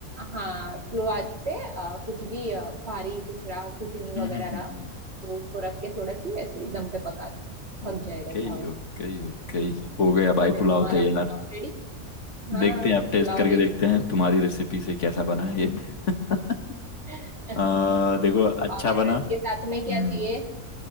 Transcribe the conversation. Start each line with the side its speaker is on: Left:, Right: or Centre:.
Right: हाँ स्लो आंच पे अ, कुछ भी अ, भारी कुछ रहा कुटनी
Left: हम्म
Right: वगैरह
Left: हम्म
Right: रहा
Left: हम्म हम्म।
Right: तो उसको रख के थोड़ा सी ऐसे ही दम पे पका दो
Left: Okay
Right: पक जाएगा चावल
Left: okay okay हो गया भाई
Right: फिर
Left: पुलाव
Right: तुम्हारा
Left: तैयार
Right: पुलाव रेडी हाँ
Left: देखते हैं
Right: पुलाव
Left: अब टेस्ट करके
Right: रेडी
Left: देखते हैं तुम्हारी रेसिपी से कैसा बना है ये <laughs>
Right: <laughs>
Left: आ, देखो अच्छा
Right: और
Left: बना
Right: इसके साथ
Left: हम्म
Right: में क्या चाहिए